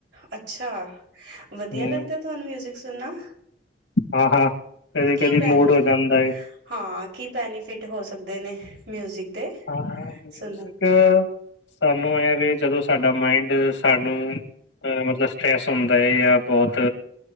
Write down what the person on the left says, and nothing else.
ਹਮ
ਹਾਂ ਹਾਂ, ਕਦੀ
ਕਦੀ
ਮੂਡ ਹੋ ਜਾਂਦਾ।
ਹਾਂ, ਮਿਊਜਿਕ
ਸਾਨੂੰ ਇਹ ਵੀ ਜਦੋਂ ਸਾਡਾ ਮਾਈੰਡ ਸਾਨੂੰ ਅਹ ਮਤਲਬ, ਸਟਰ੍ਰੈਸ ਹੁੰਦਾ ਹੈ ਜਾਂ ਬਹੁਤ,